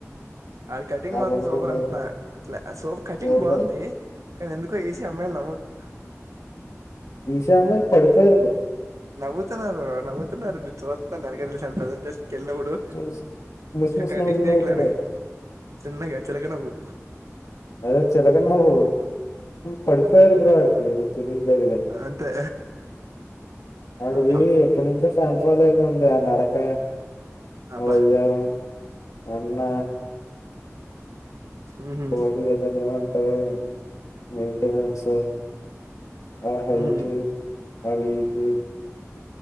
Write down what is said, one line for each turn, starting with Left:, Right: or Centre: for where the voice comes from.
Right: అది కటింగ్
Left: నాకు
Right: మాత్రం
Left: ఉండకూడదా
Right: సూపర్ అంటున్నాలా
Left: బ్రో
Right: సూపర్ కటింగ్
Left: సూపర్
Right: బాగుంది కానీ ఎందుకో ఏసీ అమ్మాయిలు నమ్మువుతా
Left: ఈ సారి మరి పడిపోయింది
Right: నవవుతున్నారు బ్రో నవవుతున్నారును నేను చూస్తున్నారు కెల్ బడు
Left: చూసి ముసి ముసి
Right: కటింగ్
Left: నవ్వులు
Right: దలేనే
Left: నవ్వుతున్నారు
Right: చిన్నగా చిలక నవు
Left: అదే చిలక నవ్వు పడిపోయారు బ్రో ఆడికి నీకు తలియట్లేదు గాని
Right: అంతే
Left: ఆడికి
Right: ఆహా
Left: ఎప్పు నుంద ఫ్యాన్ ఫాలోయింగ్ ఉంది ఆ నడక
Right: అబ్బా
Left: వెయ్యారం అన్న
Right: ఉహు
Left: పోడీ ఏదన్న ఉంటారు మెయింటెనెన్స్ ఆహా
Right: ఉమ్
Left: ఇటు అటు ఇటు